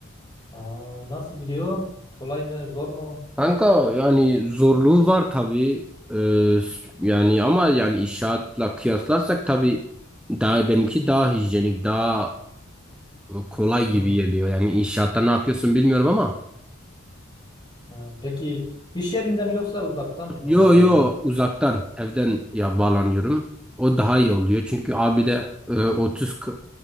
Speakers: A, on the left; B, in the centre.
A: Aa, nasıl gidiyor? Kolay mı? Zor mu?
B: Kanka yani zorluğu var tabii. Ee, yani ama yani inşaatla kıyaslarsak tabii daha benimki daha hijyenik, daha kolay
A: Hmm.
B: gibi geliyor. Yani inşaatta ne yapıyorsun bilmiyorum ama
A: Ha, Peki iş yerinde mi yoksa uzaktan mı
B: yo
A: normal oluyor?
B: yo uzaktan evden ya bağlanıyorum. O daha iyi oluyor. Çünkü abi de e, 30 k-